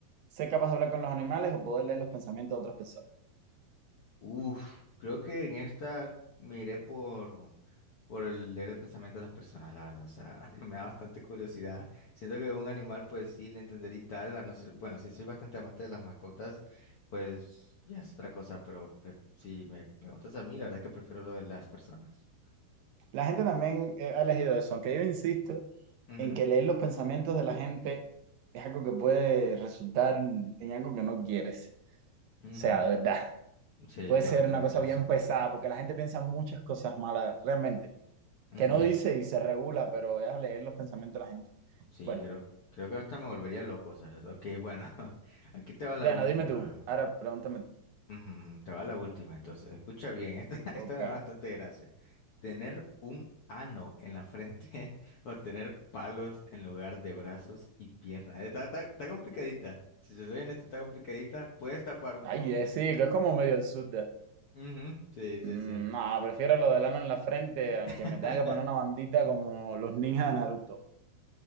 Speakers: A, on the right; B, on the left.
A: ser capaz de hablar con los animales o poder leer los pensamientos de otras personas?
B: Uf, creo que en esta me iré por, por el leer el pensamiento de las personas, la verdad. O sea, <laughs> me da bastante curiosidad. Siento que un animal, pues sí, le entendería y tal. A no ser- bueno, si soy bastante amante de las mascotas, pues ya es otra cosa. Pero pre- si me preguntas a mí, la verdad es que prefiero lo de las personas.
A: La gente también eh, ha elegido eso, aunque yo insisto
B: Ujú,
A: en que leer los pensamientos de la gente es algo que puede resultar en algo que no quieres. O
B: ujú.
A: sea, de verdad,
B: Sí,
A: puede
B: no,
A: ser
B: tienes
A: una cosa
B: razón.
A: bien pesada porque la gente piensa muchas cosas malas realmente.
B: Ujú,
A: que no dice y se regula, pero es a leer los pensamientos de la gente.
B: Sí,
A: Bueno,
B: creo, creo que hasta me volvería loco, ¿sabes? Ok, bueno, <laughs> aquí te va la
A: Diana,
B: última.
A: dime tú. Ahora pregúntame tú.
B: Ujú, Te va la última, entonces. Escucha bien, <laughs> esta, esta
A: Ok.
B: me da bastante gracia. Tener un ano en la frente <laughs> o tener palos en lugar de brazos y piernas. Está, está, está complicadita. Si te soy honesto, está complicadita. Puedes tapar uno.
A: Ay, eh, sí, que es como medio el sur de...
B: Ujú, Sí, sí,
A: Mm,
B: sí.
A: no, prefiero lo del ano en la frente, aunque
B: <laughs>
A: me tenga que poner una bandita como los ninjas de Naruto.